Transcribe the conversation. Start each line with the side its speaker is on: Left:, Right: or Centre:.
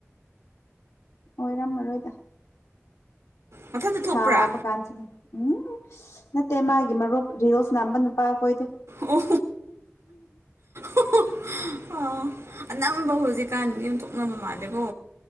Left: ꯑꯣꯏꯔꯝꯃꯔꯣꯏꯗ
Right: ꯃꯊꯟꯇ ꯊꯣꯛꯄ꯭ꯔꯥ
Left: ꯁꯥꯕ ꯀꯥꯟꯁꯤꯗ ꯎꯝ ꯅꯠꯇꯦ ꯃꯥꯒꯤ ꯃꯔꯨꯞ ꯔꯤꯔꯣꯁꯅꯥꯝꯕ ꯅꯨꯄꯥꯈꯣꯏꯗ
Right: ꯑꯣ ꯑꯣ ꯑ ꯑꯣ <unintelligible> ꯑꯅꯝ ꯇꯝꯕꯧ ꯍꯧꯖꯤꯛꯀꯥꯟ ꯌꯨꯝ ꯊꯣꯛꯅꯕ ꯃꯥꯜꯂꯦꯕꯣ